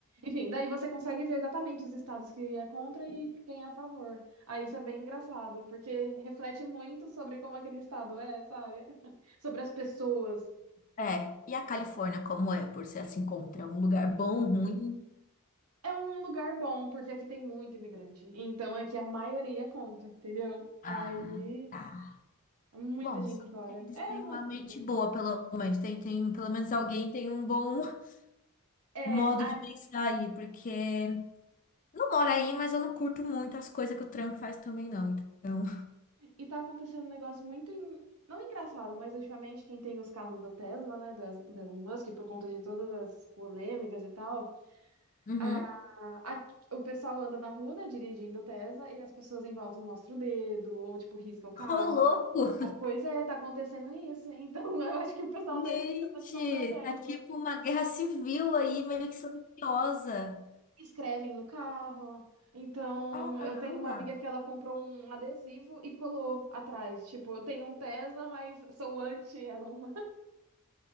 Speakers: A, on the right (about 80°); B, on the left (about 35°).
A: Enfim, daí você consegue ver exatamente os estados que é contra e quem é a favor. Aí isso é bem engraçado, porque reflete muito sobre como aquele estado é, sabe? <laughs> Sobre as pessoas.
B: É. E a Califórnia como é? Por ser assim contra? É Um lugar bom, ruim?
A: É um lugar bom, porque aqui tem muito imigrante. Então aqui a maioria conta, entendeu?
B: Ah,
A: Aí
B: tá.
A: muita
B: Bom,
A: gente
B: só
A: fora.
B: que eles
A: É
B: têm
A: uma
B: uma mente
A: doideira.
B: boa, pelo menos. Tem, tem, pelo menos alguém tem um bom <laughs>
A: É,
B: modo
A: a
B: de pensar aí, porque Não moro aí, mas eu não curto muito as coisas que o Trump faz também, não. Então.
A: E tá acontecendo um negócio muito, en- não engraçado, mas ultimamente quem tem os carros da Tesla, né, do Es- do Elon Musk, por conta de todas as polêmicas e tal,
B: Uhum.
A: a, a- o pessoal anda na rua, né, dirigindo Tesla, e as pessoas em volta mostram o dedo, ou, tipo, risca o carro.
B: <laughs> Ô, louco!
A: Ou- Pois é, tá acontecendo isso. Então, <laughs> eu acho que o pessoal
B: Gente,
A: tá aí pensando em comprar Tesla.
B: tá tipo uma guerra civil aí, meio que silenciosa.
A: Escrevem no carro. Então,
B: Caramba!
A: eu tenho uma amiga que ela comprou um adesivo e colou atrás. Tipo, eu tenho um Tesla, mas sou anti-Elon